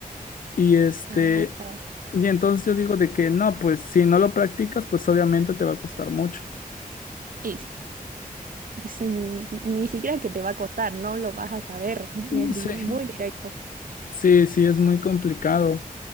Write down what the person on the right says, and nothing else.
Ah, claro.
Y sí, es ni, ni siquiera que te va a costar, no lo vas a saber,
es
di- muy directo.